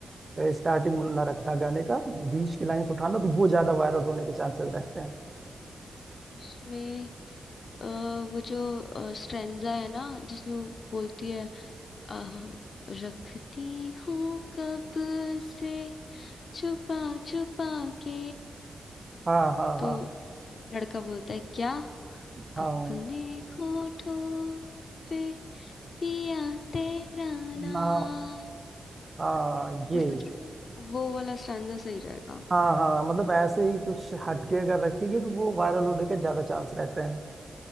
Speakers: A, on the right; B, on the left.
A: स्टार्टिंग ना रखना गाने का बीच की लाइंस उठाना तो वो ज्यादा वायरल होने के चांसेस रहते हैं
B: उसमें अ, वो जो स्ट्रेंजा है ना जिसमें वो बोलती है अ, रखती हूँ कब से छुपा छुपा के
A: हाँ हाँ हाँ
B: तो लड़का बोलता है क्या
A: हाँ
B: अपने होठों पे पिया तेरा नाम
A: ना हाँ ये
B: मैं सोच रही हूँ ना, वो वाला स्टैंजा सही रहेगा
A: हाँ हाँ मतलब ऐसे ही कुछ हटके अगर रखेंगे तो वो वायरल होने के ज्यादा चांस रहते हैं